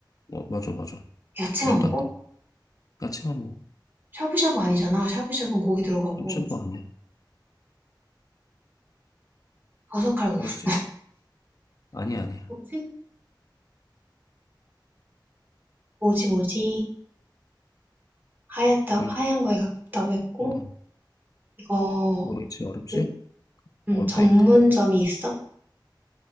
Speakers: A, on the left (about 45°); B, on the right (about 25°).
A: 어, 맞아, 맞아.
B: 야채만
A: 면도
B: 먹어?
A: 안 들어. 야채만 뭐,
B: 샤브샤브 아니잖아. 샤브샤브는 고기 들어가고,
A: 엄청도 아니야.
B: 버섯칼국수.
A: 어렵지? 아니야, 아니야.
B: 뭐지? 뭐지, 뭐지? 하얗다,
A: 뭘,
B: 하얀 거에 가깝다고 했고,
A: 어,
B: 이거,
A: 모르겠지. 어렵지?
B: 그, 음,
A: 어렵다니까.
B: 전문점이 있어?